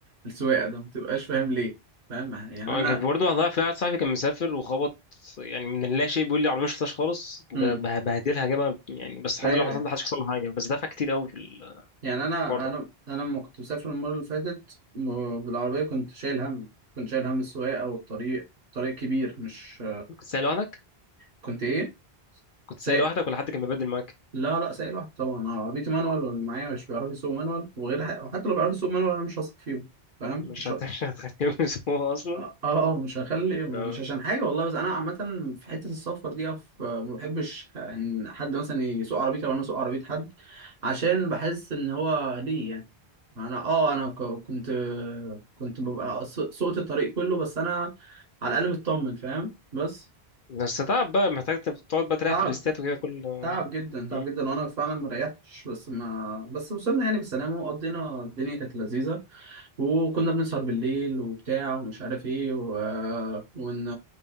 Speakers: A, on the right (about 65°); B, on the left (about 60°).
A: السواقه ده ما بتبقاش فاهم ليه فاهم يعني
B: هو
A: انا
B: كان في برضه واحد واحد- في واحد صاحبي كان مسافر وخبط يعني من لا شيء بيقول لي عربية مش فتاش خالص ده
A: امم
B: بهدلها جابها يعني بس الحمد
A: ايوه
B: لله ما
A: يعني
B: حصل- ما حدش حصل له حاجة بس دفع كتير قوي في الحوار
A: يعني انا
B: ده
A: انا انا لما كنت مسافر المره اللي فاتت م- بالعربيه كنت شايل هم كنت شايل هم السواقه والطريق طريق كبير مش
B: كنت سايق لوحدك
A: كنت ايه
B: كنت
A: سايق
B: سايق لوحدك ولا حد كان بيبدل معاك
A: لا لا سايق لوحدي طبعا انا عربيتي مانوال واللي معايا مش بيعرف يسوق مانوال وغير ح... وحتى لو بيعرف يسوق مانوال انا مش هثق فيهم فاهم
B: مش
A: مش
B: هت- <laughs> مش هتخليهم يسمعوها <laughs> اصلا
A: اه اه آه، مش هخلي مش
B: اه
A: عشان حاجه والله بس انا عامه في حته السفر دي أف- ما بحبش ان حد مثلا يسوق عربيتي او انا اسوق عربيه حد عشان بحس ان هو ليه يعني ما انا اه انا ك- كنت كنت ببقى س- سوقت الطريق كله بس انا على الاقل مطمن فاهم بس
B: بس تعب بقى محتاج تف- تقعد بقى تريح
A: تعب
B: في الريستات وكده كل
A: تعب جدا تعب
B: مم.
A: جدا وانا فعلا ما ريحتش بس ما بس وصلنا يعني بالسلامه وقضينا الدنيا كانت لذيذه وكنا بنسهر بالليل وبتاع ومش عارف ايه و... ون...